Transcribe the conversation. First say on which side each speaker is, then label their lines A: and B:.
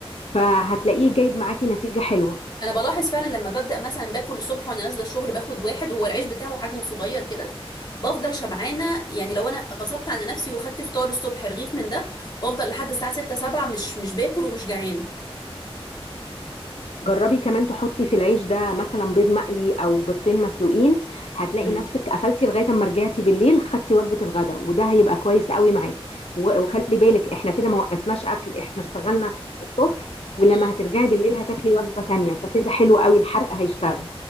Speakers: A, on the left; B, on the left.
A: فهتلاقيه جايب معاكي نتيجة حلوة
B: انا بلاحظ فعلا لما ببدا مثلا باكل الصبح وانا نازله الشغل باخد واحد وهو العيش بتاعه حجمه صغير كده بفضل شبعانه يعني لو انا غصبت على نفسي وخدت فطار الصبح رغيف من ده بفضل لحد الساعه 6 7 مش مش باكل ومش جعانه
A: جربي كمان تحطي في العيش ده مثلا بيض مقلي او بيضتين مسلوقين هتلاقي
B: امم
A: نفسك قفلتي لغايه اما رجعتي بالليل خدتي وجبه الغداء وده هيبقى كويس قوي معاكي و- وخلي بالك احنا كده ما وقفناش اكل احنا اشتغلنا الصبح ولما
B: امم
A: هترجعي بالليل هتاكلي وجبه تانية فكده حلو قوي الحرق هيشتغل